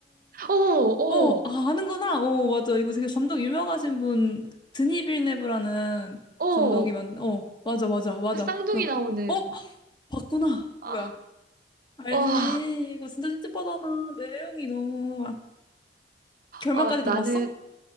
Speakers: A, on the right; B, on the left.
A: 어, 어,
B: 어, 아, 아는구나. 어, 맞아. 이거 되게 감독 유명하신 분, 드니 빌네브라는
A: 어.
B: 감독이 만, 어, 맞아, 맞아, 맞아.
A: 그 쌍둥이
B: 그,
A: 나오는.
B: 어, 봤구나.
A: 아,
B: 뭐야. 알지.
A: 와,
B: 이거 진짜 찝찝하잖아. 내용이 너무, 아, 결말까지
A: 아,
B: 다
A: 나는,
B: 봤어?